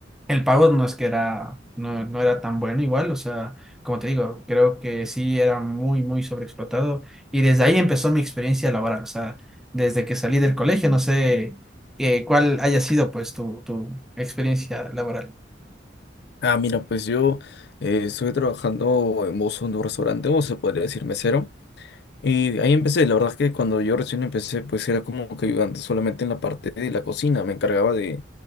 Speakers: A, in the centre; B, on the left (about 60°).
A: el pago no es que era, no, no era tan bueno igual, o sea, como te digo, creo que sí era muy, muy sobreexplotado y desde ahí empezó mi experiencia laboral, o sea, desde que salí del colegio, no sé eh, cuál haya sido pues tu, tu experiencia laboral.
B: Ah, mira, pues yo eh, estuve trabajando en mozo en un restaurante, o se podría decir mesero. Y ahí empecé, la verdad es que cuando yo recién empecé, pues era como que ayudante solamente en la parte de la cocina, me encargaba de,